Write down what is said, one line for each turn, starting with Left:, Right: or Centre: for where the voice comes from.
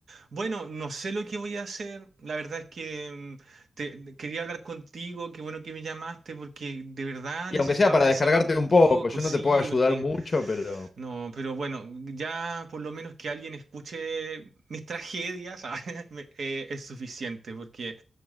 Right: Bueno, no sé lo que voy a hacer. La verdad es que mm, te- quería hablar contigo. Qué bueno que me llamaste porque de verdad
Left: Y
Right: necesitaba
Left: aunque sea para
Right: desahogarme
Left: descargarte
Right: un
Left: un
Right: poco.
Left: poco, yo
Right: Sí,
Left: no te puedo ayudar
Right: porque
Left: mucho, pero...
Right: no, pero bueno, ya por lo menos que alguien escuche mis tragedias, <laughs> ¿sabes? Me- eh, es suficiente porque